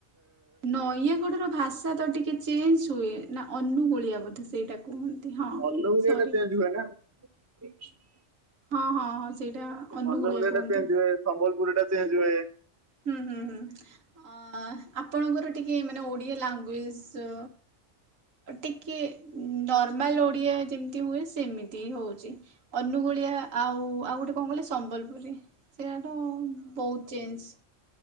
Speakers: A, on the right; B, on the right.
A: ନୟାଗଡ଼ ର ଭାଷା ତ ଟିକେ ଚେଞ୍ଜ ହୁଏ ନା ଅନୁଗୁଳିଆ ବୋଧେ ସେଇଟା କୁହନ୍ତି। ହଁ
B: ଅନୁଗୁଳିଆ
A: ସରି।
B: ଟା ଚେଞ୍ଜ ହୁଏ ନା <inaudible>
A: ହଁ ହଁ ହଁ ସେଇଟା ଅନୁଗୋଳିଆ
B: ଅନୁଗୁଳିଆ
A: କୁହନ୍ତି।
B: ଟା ଚେଞ୍ଜ ହୁଏ ସମ୍ବଲପୁରୀ ଟା ଚେଞ୍ଜ ହୁଏ।
A: ହୁଁ ହୁଁ ହୁଁ ଆପଣଙ୍କର ଟିକେ ମାନେ ଓଡିଆ ଲାଙ୍ଗୁଏଜ। ଟିକେ ନର୍ମାଲ ଓଡିଆ ଯେମିତି ହୁଏ ସେମିତି ହି ହଉଛି। ଅନୁଗୁଳିଆ ଆଉ ଆଉ ଗୋଟେ କଣ କଲେ ସମ୍ବଲପୁରୀ ସେଇଟାର ବହୁତ ଚେଞ୍ଜ।